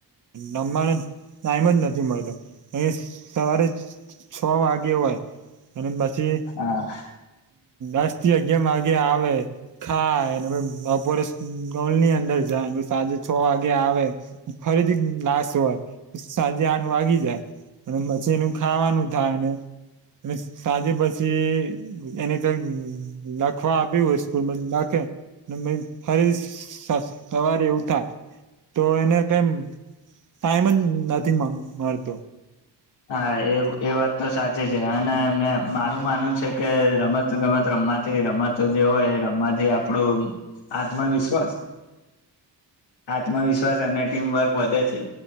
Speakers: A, on the right; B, on the left.
A: રમવાનું. ટાઈમ જ નથી મળતો અ સવારે- - છ વાગે હોય અને પછી
B: હા
A: આજથી અગયા ગયાર માર્ગે આવે ખાયને બપોર મોલની અંદર જાય એ સાંજે છ વાગે આવે ફરીથી લાશ હોય સાંજે આઠ વાગી જાય અને પછી એનું ખાવાનું થાય ને અને સાંજે પછી એની લખવા આપ્યું હોય સ્કૂલમાં લખે ફરી સવારે એવું થાય તો એને કેમ ટાઈમ જ નથી મળતો
B: હા એ એ વાત તો સાચી છે, અને મે મારું માનવું છે, કે રમત ગમત રમ માથી રમત જે હોય રમાથી આપડું આત્મવિશ્વાસ આત્મવિશ્વાસ અને ટીમવર્ક વધે છે.